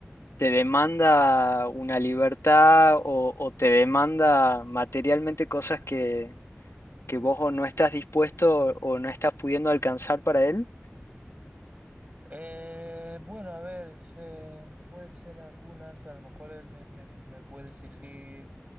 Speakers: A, on the left; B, on the right.
A: te demanda una libertad o, o te demanda materialmente cosas que, que vos o no estás dispuesto o no estás pudiendo alcanzar para él?
B: Eh, bueno, a ver, eh, puede ser algunas, a lo mejor él me, me- me puede exigir.